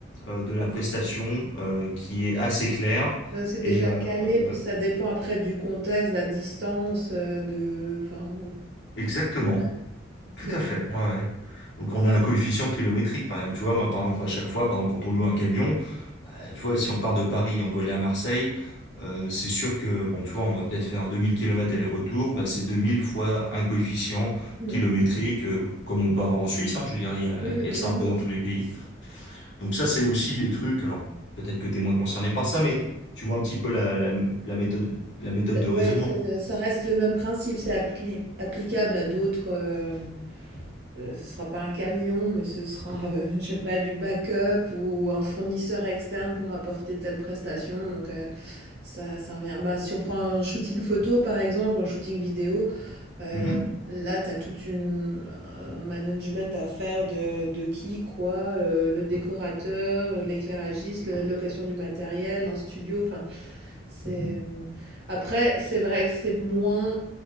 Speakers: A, on the left; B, on the right.
A: euh, de la prestation euh, qui est assez clair.
B: Ouais, c'est
A: Et
B: déjà
A: euh,
B: calé,
A: euh,
B: puis ça dépend après du contexte, de la distance, euh, de... Enfin,
A: exactement,
B: ouais, ok.
A: tout à fait. Ouais, ouais. Donc on a un coefficient kilométrique, par exemple. Tu vois, moi, par exemple, à chaque fois, par exemple, quand on loue un camion, euh, tu vois, si on part de Paris, on doit aller à Marseille. euh, c'est sûr que, bon, tu vois, on va peut-être faire 2000 kilomètres aller-retour, bah, c'est 2000 fois un coefficient
B: Hmm.
A: kilométrique, euh, comme on peut avoir en Suisse, hein, je veux dire, il y a,
B: Oui, oui,
A: il y
B: clairement.
A: a ça un peu dans tous les pays. Donc ça, c'est aussi des trucs, alors peut-être que tu es moins concerné par ça, mais tu vois un petit peu la, la, la méthode, la méthode de raisonnement.
B: Ouais, ça, le- ça reste le même principe, c'est appli- applicable à d'autres... euh, euh, ce sera pas un camion, mais ce sera, euh, <laughs> je sais pas, du backup ou un fournisseur externe pour apporter telle prestation. Donc, euh, ça, ça revient. Ben, si on prend un shooting photo, par exemple, un shooting vidéo, Euh,
A: Mhm,
B: là, tu as toute une un management à faire de, de qui, quoi, le, le décorateur, l'éclairagiste, la location du matériel, un studio. Enfin, c'est
A: mhm,
B: hum, après, c'est vrai que c'est moins